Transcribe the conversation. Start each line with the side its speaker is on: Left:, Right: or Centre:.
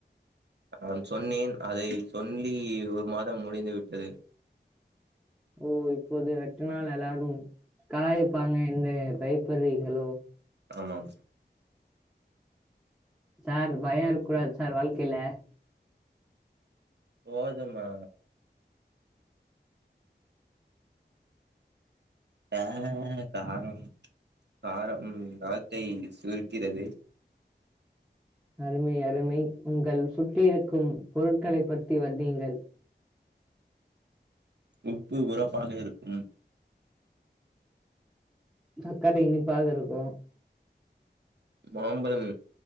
Right: நான் சொன்னேன் அதை சொல்லி ஒரு மாதம் முடிந்து விட்டது
Centre: ஓ இப்போது வெட்டுனாள் எல்லாரும் கலாயிப்பாங்க என்று பயப்படுறீங்களோ
Right: ஆமாம்
Centre: சார் பயம் இருக்க கூடாது சார் வாழ்க்கையில
Right: போதுமா ஆ காரம் காரம் வார்த்தை சுருக்கிறது
Centre: அருமை அருமை உங்கள் சுற்றியிருக்கும் பொருட்களை பற்றி வருணிங்கள்
Right: உப்பு உறப்பாக இருக்கும்
Centre: தக்காளி இனிப்பாக இருக்கும்
Right: மாம்பழம்